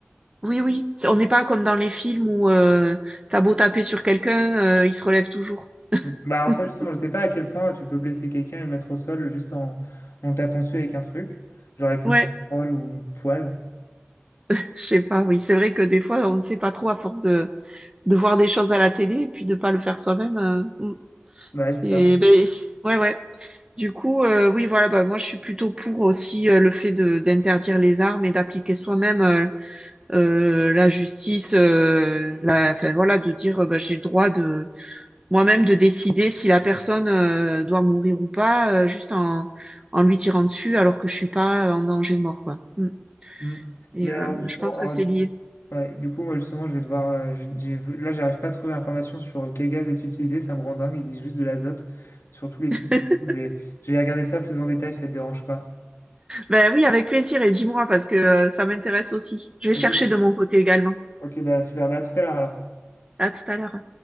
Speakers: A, on the right; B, on the left.
A: oui, oui. C'est- On n'est pas comme dans les films où euh, t'as beau taper sur quelqu'un, euh, il se relève toujours.
B: Mm. Bah alors
A: <laughs>
B: ça justement, je sais pas à quel point tu peux blesser quelqu'un et le mettre au sol juste en, en le tapant dessus avec un truc, genre avec une
A: Ouais.
B: casserole ou une poêle.
A: Je sais pas, oui. C'est vrai que des fois, on ne sait pas trop à force de, de voir des choses à la télé et puis de pas le faire soi-même. euh, mm,
B: Bah ouais, c'est
A: c'est-
B: ça.
A: ben, ouais, ouais. Du coup, euh, oui, voilà, bah, moi, je suis plutôt pour aussi euh, le fait de d'interdire les armes et d'appliquer soi-même euh, euh, la justice, euh, la, enfin, voilà, de dire, euh, bah, j'ai le droit de moi-même de décider si la personne euh, doit mourir ou pas, euh, juste en, en lui tirant dessus alors que je suis pas en danger de mort, quoi. Mm.
B: Mm.
A: Et
B: Mais alors,
A: euh,
B: justement,
A: je pense
B: alors,
A: que c'est
B: du
A: lié.
B: ouais, du coup, moi justement, je vais devoir... euh, j'ai- j'ai- là, j'arrive pas à trouver l'information sur euh, quel gaz est utilisé, ça me rend dingue, ils disent juste de l'azote sur tous les sites.
A: <laughs>
B: Du coup, je vais, je vais regarder ça plus en détail si ça te dérange pas.
A: Ben oui, avec plaisir et dis-moi parce que euh, ça m'intéresse aussi. Je vais
B: Ok,
A: chercher de mon côté également.
B: Ok, bah super, bah à tout à l'heure alors.
A: À tout à l'heure.